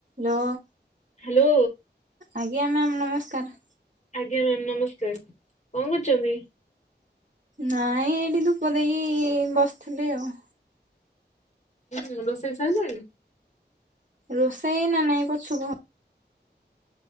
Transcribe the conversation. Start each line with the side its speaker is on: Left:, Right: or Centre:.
Right: Hello.
Left: Hello.
Right: ଆଜ୍ଞା ma'am ନମସ୍କାର୍।
Left: ଆଜ୍ଞା ମ୍ୟାମ୍ ନମସ୍କାର୍। କଣ କରୁଛନ୍ତି?
Right: ନାଇଁ ଏଇଠି ଧୂପ ଦେଇକି ବସିଥିଲି ଆଉ।
Left: ହୁଁ ରୋଷେଇ ସଇଲାଣି?
Right: ରୋଷେଇ ନା ନାଇଁ ପଛୁ କୁ ହ